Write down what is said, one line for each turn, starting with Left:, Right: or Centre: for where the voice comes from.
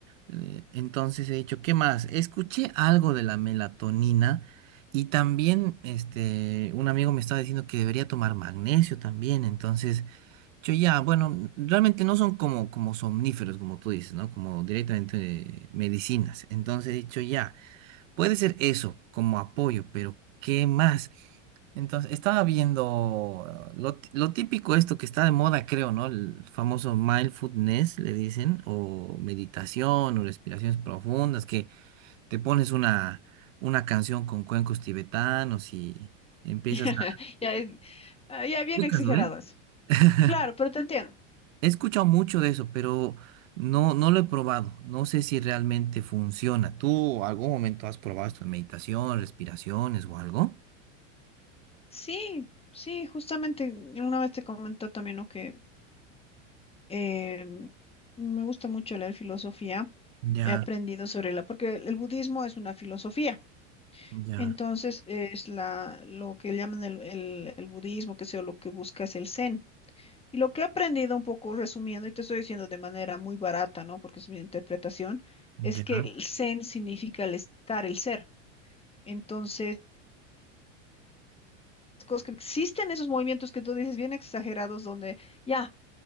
Right: Eh, Entonces he dicho, ¿qué más? Escuché algo de la melatonina y también, este, un amigo me estaba diciendo que debería tomar magnesio también, entonces... Yo ya, bueno, realmente no son como, como somníferos, como tú dices, ¿no? Como directamente eh, medicinas. Entonces he dicho ya, puede ser eso como apoyo, pero ¿qué más? Entonces estaba viendo uh, lo, ti- lo típico esto que está de moda, creo, ¿no? El famoso mindfulness, le dicen, o meditación, o respiraciones profundas, que te pones una, una canción con cuencos tibetanos y empiezas
Left: <laughs> Ya,
Right: a...
Left: ya es, ah, ya bien
Right: ubicas,
Left: exageradas.
Right: ¿no, eh? <laughs>
Left: Claro, pero te entiendo.
Right: He escuchado mucho de eso, pero no, no lo he probado. No sé si realmente funciona. ¿Tú algún momento has probado esto de meditación, respiraciones o algo?
Left: Sí, sí, justamente mm, una vez te comentó también ¿no? que eh, me gusta mucho leer filosofía.
Right: Ya,
Left: He aprendido sobre la, porque el budismo es una filosofía.
Right: ya,
Left: Entonces eh, es la, lo que llaman el, el, el budismo, que sea, lo que busca es el zen. Y lo que he aprendido un poco resumiendo, y te estoy diciendo de manera muy barata, ¿no? Porque es mi interpretación, es
Right: ya.
Left: que el zen significa el estar, el ser. Entonces, cosas que existen esos movimientos que tú dices bien exagerados donde ya,